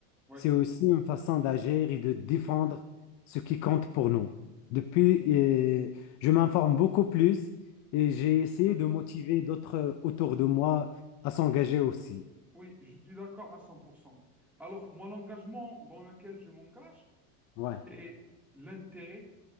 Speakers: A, in the centre; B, on the left (about 40°).
A: Oui,
B: c'est aussi une façon d'agir et de défendre ce qui compte pour nous. Depuis, euh, je m'informe beaucoup plus et j'ai
A: je suis
B: essayé
A: d'accord.
B: de motiver d'autres autour de moi à s'engager aussi.
A: Oui, je suis d'accord à 100%. Alors, moi, l'engagement dans lequel je m'engage,
B: Ouais.
A: c'est l'intérêt